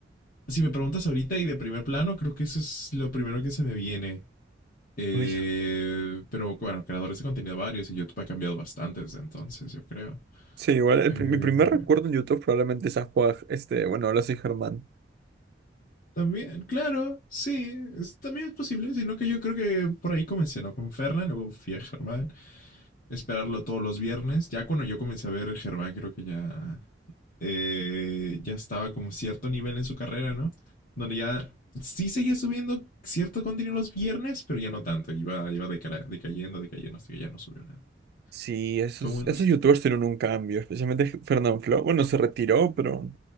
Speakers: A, on the left; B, on the right.
A: si me preguntas ahorita y de primer plano, creo que eso es lo primero que se me viene. Eh,
B: Uy.
A: pero bueno, creadores de contenido varios y YouTube ha cambiado bastante desde entonces, yo creo.
B: Sí, igual, el
A: Eh,
B: pri- mi primer recuerdo en YouTube probablemente es a Juan, este, bueno, ahora sí, Germán.
A: También, claro, sí, es- también es posible, sino que yo creo que por ahí comencé, ¿no? Con Fernan, luego fui a Germán, esperarlo todos los viernes. Ya cuando yo comencé a ver Germán, creo que ya, eh, ya estaba como cierto nivel en su carrera, ¿no? Donde ya sí seguía subiendo cierto contenido los viernes, pero ya no tanto, iba, iba deca- decayendo, decayendo, hasta que ya no subió nada.
B: Sí, esos,
A: Fue bueno,
B: esos
A: se
B: youtubers tuvieron un cambio, especialmente Fernanfloo. Bueno, se retiró, pero